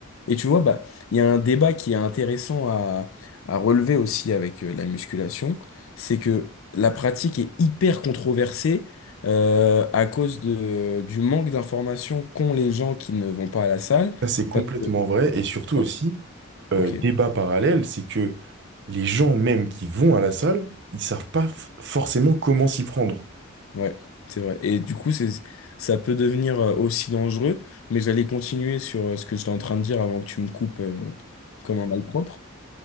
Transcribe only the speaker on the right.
Ça c'est complètement
vrai et surtout
aussi, euh,
débat parallèle, c'est que les gens même qui vont à la salle, ils savent pas f- forcément comment s'y prendre.